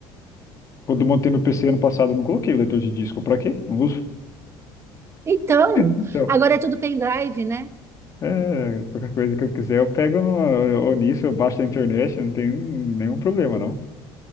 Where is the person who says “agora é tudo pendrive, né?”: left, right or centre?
Right